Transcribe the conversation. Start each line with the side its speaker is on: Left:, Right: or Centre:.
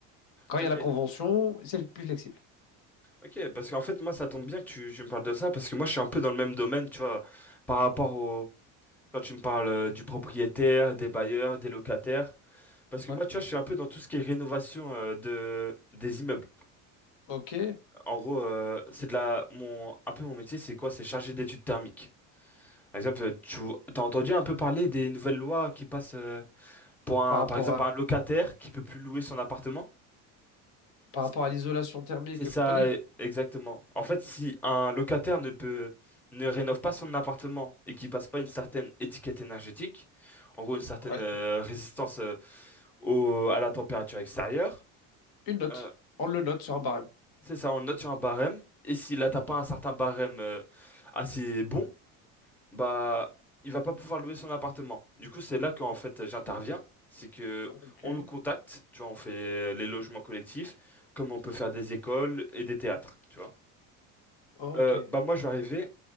Left: Quand
Centre: Ok,
Left: il y a la convention, c'est plus flexible.
Centre: ok, parce qu'en fait, moi, ça tombe bien que tu, tu me parles de ça, parce que moi, je suis un peu dans le même domaine, tu vois, par rapport au... Quand tu me parles euh, du propriétaire, des bailleurs, des locataires, parce
Left: Ouais,
Centre: que moi, tu vois, je suis un peu dans tout ce qui est rénovation euh, de, des immeubles.
Left: ok.
Centre: En gros, euh, c'est de la... Mon, un peu mon métier, c'est quoi? C'est chargé d'études thermiques. Par exemple, tu as entendu un peu parler des nouvelles lois qui passent... euh, Pour un,
Left: Par rapport
Centre: par exemple, un locataire qui peut plus louer son appartement?
Left: Par
Centre: C'est
Left: rapport à l'isolation thermique
Centre: c'est ça,
Left: et compagnie?
Centre: e- exactement. En fait, si un locataire ne peut, ne rénove pas son appartement et qu'il passe pas une certaine étiquette énergétique, en gros une certaine
Left: Ouais.
Centre: euh, résistance euh, au, à la température extérieure,
Left: Une note.
Centre: euh,
Left: On le note sur un barème.
Centre: c'est ça, on le note sur un barème. Et s'il n'atteint pas un certain barème euh, assez bon, bah il va pas pouvoir louer son appartement. Du coup, c'est là qu'en fait j'interviens, c'est que
Left: Ok.
Centre: on nous contacte, tu vois, on fait les logements collectifs, comme on peut faire des écoles et des théâtres, tu vois.
Left: Ok.
Centre: Euh, bah moi je vais arriver,